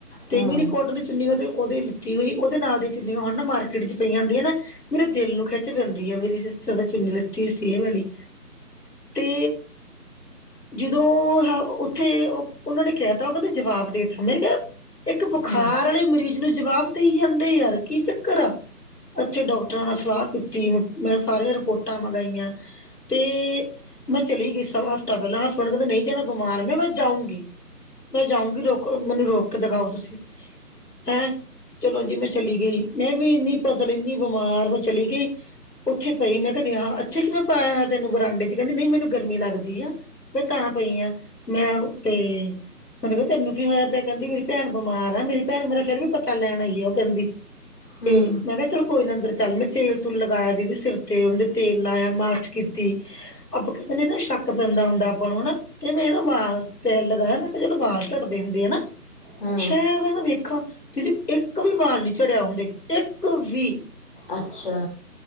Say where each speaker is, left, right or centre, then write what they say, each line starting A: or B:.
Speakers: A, on the left; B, on the left.
A: ਤੇ
B: ਹੂੰ
A: ਮੇਰੀ ਕੋਟਨ ਚੁੰਨੀ ਉਹ ਤੇ ਉਹਦੀ ਲਿੱਤੀ ਹੋਈ ਉਹਦੇ ਨਾਲ ਦੀ ਚੁੰਨੀਆਂ ਹੁਣ ਮਾਰਕੀਟ ਚ ਪਈਆਂ ਹੁੰਦੀਆਂ ਨਾ ਮੇਰੇ ਦਿਲ ਨੂੰ ਖਿੱਚ ਪੈਂਦੀ ਹੈ ਮੇਰੀ ਸਿਸਟਰ ਦਾ ਚੁੰਨੀ ਲਿੱਤੀ ਸੀ ਇਹ ਵਾਲੀ। ਤੇ ਜਦੋਂ ਉੱਥੇ ਉਹ ਉਹਨਾਂ ਨੇ ਕਹਿ ਤਾ ਉਹ ਕਹਿੰਦੇ ਜਵਾਬ ਦੇਤਾ ਮੈਂ ਕਿਹਾ ਇੱਕ ਬੁਖਾਰ
B: ਹੂੰ
A: ਵਾਲੇ ਮਰੀਜ਼ ਨੂੰ ਜਵਾਬ ਦੇਈ ਜਾਂਦੇ ਯਾਰ ਕੀ ਚੱਕਰ ਆ ਉੱਥੇ ਡਾਕ ਟਰਾਂ ਨਾਲ ਸਲਾਹ ਕੀਤੀ ਮੈਂ ਸਾਰੀਆਂ ਰਿਪੋਰਟਾਂ ਮੰਗਾਈਆਂ। ਤੇ ਮੈਂ ਚਲੀ ਗਈ ਸ ਹਫ਼ਤਾ ਪਹਿਲਾਂ ਹਸਬੈਂਡ ਕਹਿੰਦਾ ਨਹੀਂ ਜਾਣਾ ਬਿਮਾਰ ਮੈ ਕਿਹਾ ਮੈਂ ਜਾਊਗੀ। ਮੈਂ ਜਾਊਗੀ ਰੋਕ ਮੈਨੂੰ ਰੋਕ ਕੇ ਦਿਖਾਓ ਤੁਸੀਂ। ਹੈਂ ਚਲੋ ਜੀ ਮੈਂ ਚਲੀ ਗਈ ਮੈਂ ਵੀ ਇੰਨੀ ਪਸਲ ਇੰਨੀ ਬਿਮਾਰ ਉਹ ਚਲੀ ਗਈ। ਉੱਥੇ ਪਈ ਮੈਂ ਕਹਦੀ ਹਾਂ ਇੱਥੇ ਕਿਵੇ ਪਾਇਆ ਤੈਨੂੰ ਬਰਾਂਡੇ ਚ ਕਹਿੰਦੀ ਨਹੀਂ ਮੈਨੂੰ ਗਰਮੀ ਲੱਗਦੀ ਆ। ਮੈਂ ਤਾਂ ਪਈ ਆ ਮੈਂ ਉਤੇ ਮੈਨੂੰ ਕਿਹਾ ਤੈਨੂੰ ਕੀ ਹੋਇਆ ਪਿਆ ਕਹਿੰਦੀ ਮੇਰੀ ਭੈਣ ਬੀਮਾਰ ਆ ਮੇਰੀ ਭੈਣ ਮੇਰਾ ਫਿਰ ਵੀ ਪਤਾ ਲੈਣ ਆਈ ਆ ਉਹ ਕਹਿੰਦੀ। ਇਹ
B: ਹੂੰ
A: ਤੇ ਮੈਂ ਕਿਹਾ ਚਲ ਕੋਈ ਨ ਅੰਦਰ ਚੱਲ ਮੈਂ ਤੇਲ-ਤੁਲ ਲਗਾਇਆ ਦੀਦੀ ਸਿਰ ਤੇ, ਉਹਦੇ ਤੇਲ ਲਾਇਆ ਮਾਲਸ਼ ਕੀਤੀ ਆਪਾ ਕਹਿੰਦੇ ਨੇ ਨਾ ਸ਼ੱਕ ਬੰਦਾ ਹੁੰਦਾ ਆਪਾਂ ਨੂੰ ਹੈਨਾ ਤੇ ਮੈਂ ਵਾਲ ਤੇਲ ਲਗਾਇਆ ਮੈਂ ਕਿਹਾ ਜਦੋਂ ਵਾਲ ਝਟਦੇ ਹੁੰਦੇ ਹੈਨਾ।
B: ਹੂੰ
A: ਸ਼ਾਇਦ ਨਾ ਵੇਖਾ ਦੀਦੀ ਇੱਕ ਵੀ ਵਾਲ ਨਹੀਂ ਚੜਿਆ ਹੁੰਦੇ ਇੱਕ ਵੀ
B: ਅੱਛਾ।